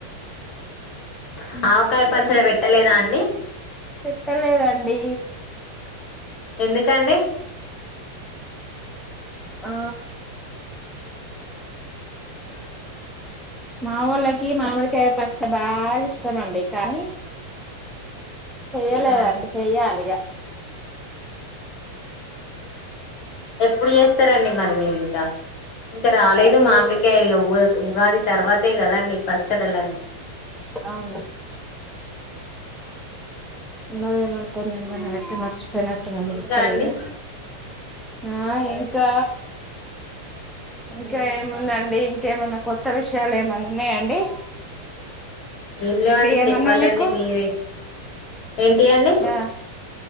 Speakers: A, on the left; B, in the centre.
A: మ్ ఆవకాయ పచ్చడి
B: ఏ
A: పెట్టలేదా అండి
B: పెట్టలేదండి
A: ఎందుకండి
B: ఆ
A: మ్
B: మావోళ్ళకి మామిడికి పచ్చ బాగా ఇష్టమండి కానీ చెయలేదండి
A: ఆ
B: చెయ్యాలిగా
A: ఎప్పుడు చేస్తారండి మ మీరి ఇంకా ఇంకా రాలేదు
B: నేను
A: మామిడికాయలు
B: చె
A: లిగ ఉ ఉగాది తర్వాతే కదండి ప చడలని
B: అవును మద మనకు ఎంద న్న పెట్టి మర్చి రననా త దొరుకత
A: ఇంకా అండి
B: లే అగ ఆ ఇంకా ఇంకా ఏముందండి ఇంకేమన్నా కొత్త విషయాలు ఏమన్నా ఉన్నాయ అండి
A: ఏం లేవండి
B: ఏమన్నా
A: చెప్పాలండి
B: మీకు
A: మీరే ఏంటి అండి
B: ఆ